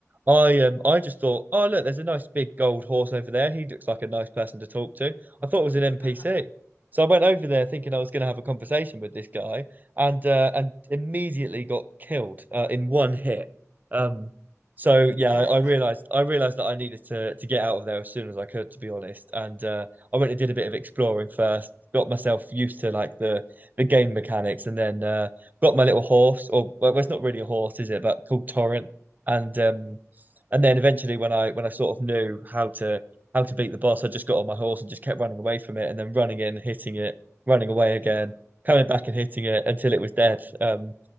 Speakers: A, on the right; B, on the left.
A: I um I just thought, oh look, there's a nice big gold horse over there. He looks like a nice person to talk to. I thought it was
B: <laughs>
A: an NPC. So I went over there thinking I was going to have a conversation with this guy, and uh, and immediately got killed uh, in one hit. Um, so yeah,
B: Yeah,
A: I, I realized I realized that I needed to to get out of there as soon as I could, to be honest. And uh, I went and did a bit of exploring first, got myself used to like the the game mechanics, and then uh, got my little horse, or well, it's not really a horse, is it? But called Torrent, and um, and then eventually, when I when I sort of knew how to how to beat the boss, I just got on my horse and just kept running away from it, and then running in, hitting it, running away again,
B: yeah.
A: coming back and hitting it until it was dead. Um,